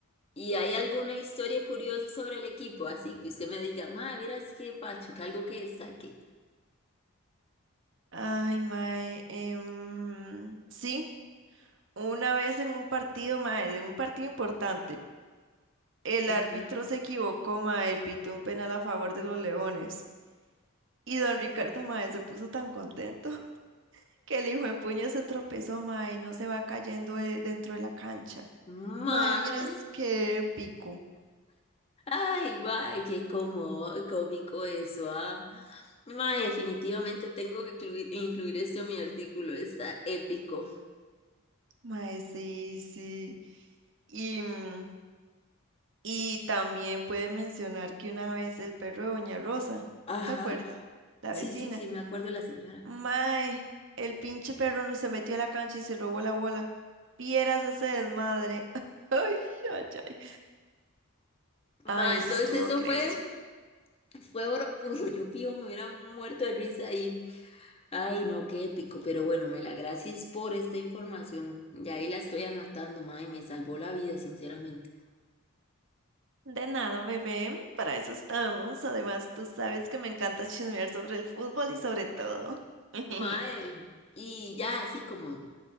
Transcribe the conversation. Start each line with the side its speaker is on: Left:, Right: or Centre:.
Left: ¿Y hay alguna historia curiosa sobre el equipo? Así que usted me diga, ma, miras qué pacho, que algo que destaque.
Right: Ay, mae. em, sí, una vez en un partido, mae, de un partido importante, el
Left: Ujú.
Right: árbitro se equivocó, mae, y pitó un penal a favor de los Leones. Y don Ricardo, mae, se puso tan contento. que el hijo de puña se tropezó, mae, y no se va cayendo de- dentro de la cancha.
Left: Mae,
Right: Mae, vieras qué pico.
Left: ay, mae, qué cómo- cómico eso, ah. Mae, definitivamente tengo que incluir, incluir esto en mi artículo, está épico.
Right: Mae, sí, sí. Y, mm, y también puedes mencionar que una vez el perro de Doña Rosa,
Left: Ajá,
Right: ¿se acuerda? La
Left: sí,
Right: vecina.
Left: sí, sí, me acuerdo la señora.
Right: Mae, el pinche perro no se metió a la cancha y se robó la bola. Vieras ese desmadre. <laughs> Ay, ay, ay.
Left: Mae,
Right: Ay, eso
Left: entonces
Right: estuvo
Left: eso
Right: crazy.
Left: fue, fue oro puro, yo fijo, me hubiera muerto de risa ahí. Ay, no, qué épico, pero bueno, Mela, gracias por esta información. Ya ahí la estoy anotando, mae, me salvó la vida, sinceramente.
Right: De nada, bebé, para eso estamos. Además, tú sabes que me encanta chismear sobre el fútbol y sobre todo. <laughs>
Left: Mae, y ya así como